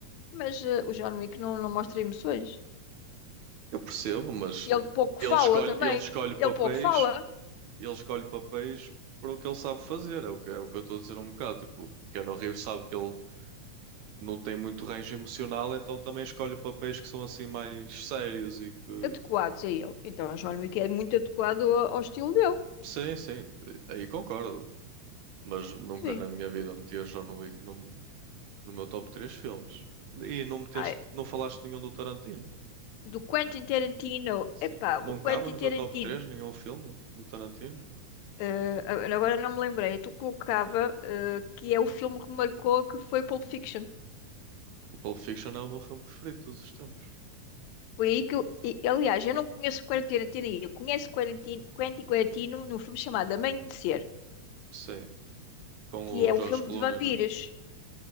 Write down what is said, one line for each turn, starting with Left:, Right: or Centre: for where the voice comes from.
Left: Mas eh, o John Wick não, não mostra emoções.
Right: Eu percebo, mas
Left: E Ele pouco
Right: ele
Left: fala
Right: escolhe,
Left: também.
Right: ele escolhe papéis,
Left: Ele pouco fala.
Right: ele escolhe papéis para o que ele sabe fazer. É o que, é o que eu estou a dizer um bocado. Tipo, Keanu Reeves sabe que ele não tem muito range emocional, então também escolhe papéis que são assim mais sérios e que.
Left: Adequados a ele. Então o John Wick é muito adequado ao, ao estilo dele.
Right: Sim, sim, aí concordo. mas nunca
Left: Sim.
Right: na minha vida metias John Wick no, no meu top 3 filmes. E não meteste,
Left: Ai,
Right: não falaste de nenhum do Tarantino.
Left: do Quentin Tarantino.
Right: Sim.
Left: Epá,
Right: Não
Left: o
Right: cabe
Left: Quentin
Right: no teu
Left: Tarantino.
Right: top 3 nenhum filme do Tarantino.
Left: Eh, agora não me lembrei. É Tu colocava eh, que é o filme que marcou que foi Pulp Fiction.
Right: O Pulp Fiction é o meu filme preferido de todos os tempos.
Left: Foi aí que eu, e- aliás, eu não conheço o Quarantino, eu conheço Quarantino, Quentin Quarantino num filme chamado Amanhecer,
Right: Sim, com
Left: que
Right: o
Left: é
Right: George
Left: um filme
Right: Clooney,
Left: de vampiros.
Right: né?